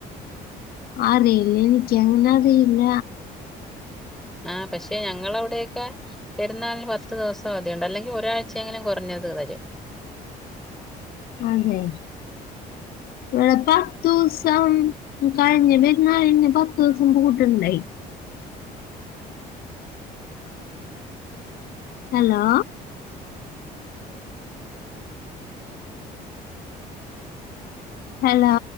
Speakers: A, on the left; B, in the centre.
A: അറിയില്ല എനിക്ക് അങ്ങനെ അറിയില്ല.
B: ആ പക്ഷെ ഞങ്ങള അവിടേക്ക പെരുന്നാളിന് ഫസ്റ്റ് ദിവസം അല്ലെങ്കി ഒരാഴ്ച എങ്കിലും കുറഞ്ഞത് വരും.
A: ആ അതേ ഇവ്ടെ പത്തൂസം കഴിഞ്ഞ പെരുന്നാളിന് പത്തൂസം പൂട്ടുണ്ടായി. Hello hello